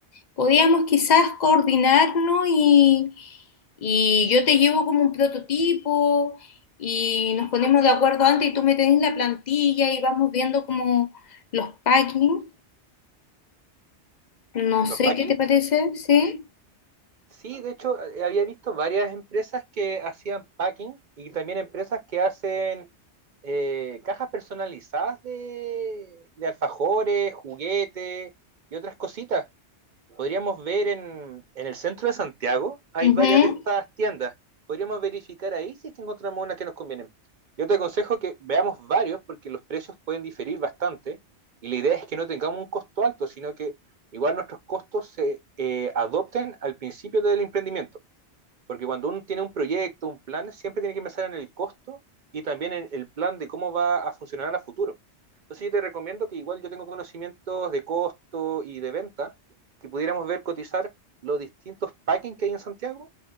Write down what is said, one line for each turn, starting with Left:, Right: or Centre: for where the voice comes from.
Left: podíamos quizás coordinarnos y, y yo te llevo como un prototipo y nos ponemos de acuerdo antes y tú me tenés la plantilla y vamos viendo como los packing. No sé
Right: ¿Los packing?
Left: qué te parece, ¿sí?
Right: Sí, de hecho, eh, había visto varias empresas que hacían packing y también empresas que hacen eh, cajas personalizadas de, de alfajores, juguetes y otras cositas podríamos ver en, en el centro de Santiago, hay
Left: Ujú.
Right: varias de estas tiendas. Podríamos verificar ahí si es que encontramos unas que nos convienen. Yo te aconsejo que veamos varios porque los precios pueden diferir bastante y la idea es que no tengamos un costo alto, sino que igual nuestros costos se eh, adopten al principio del emprendimiento. Porque cuando uno tiene un proyecto, un plan, siempre tiene que pensar en el costo y también en el plan de cómo va a funcionar a futuro. Entonces yo te recomiendo que igual yo tengo conocimientos de costo y de venta, que pudiéramos ver cotizar los distintos packings que hay en Santiago,